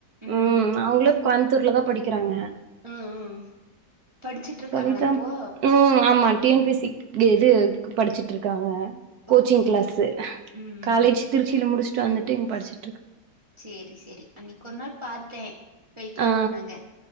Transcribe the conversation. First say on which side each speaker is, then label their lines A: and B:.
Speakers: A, on the right; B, on the right.
A: ம்
B: உம் அவங்களுக்கு கொழ சித்தூர் தான் படிக்கிறாங்க
A: ஹம் உம் படிச்சுட்டு இருக்காங்களா
B: சொல்லிதா
A: இப்போ
B: ம் ஆமா டி என் பி சி இது படிச்சிட்டுருக்காங்க கோச்சிங்
A: ஓகே
B: கிளாசு
A: ஓகே ம்
B: காலேஜ்
A: ம்
B: திருச்சில முடிச் வந்துட்டுங்க படிச்சிட்டு இருக்கு
A: செரி செரி அன்னைக்கு ஒரு நாள் பாத்தேன் பைக்ல
B: ஆ
A: போனாங்க